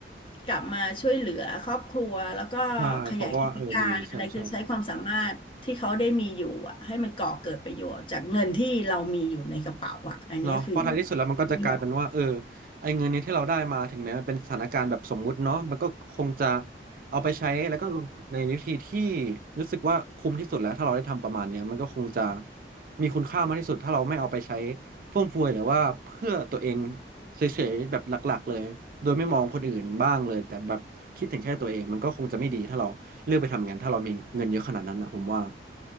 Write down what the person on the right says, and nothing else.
ใช่ผมก็ว่าเออดีใช่ใช่ เนาะเพราะท้ายที่สุดแล้วมันก็จะกลายเป็นว่าเออ
ไอ้เงินนี้ที่เราได้มาถึงแม้มันเป็นสถานการณ์แบบสมมุติเนาะมันก็คงจะเอาไปใช้แล้วก็ลงทุนในวิธีที่รู้สึกว่าคุ้มที่สุดแล้วถ้าเราได้ทำประมาณเนี้ยมันก็คงจะมีคุณค่ามากที่สุดถ้าเราไม่เอาไปใช้ฟุ่มเฟือยหรือว่าเพื่อตัวเองเฉยๆแบบหลักๆเลยโดยไม่มองคนอื่นบ้างเลยแต่แบบคิดถึงแค่ตัวเองมันก็คงจะไม่ดีถ้าเราเลือกไปทำงานถ้าเรามีเงินเยอะขนาดนั้นนะผมว่า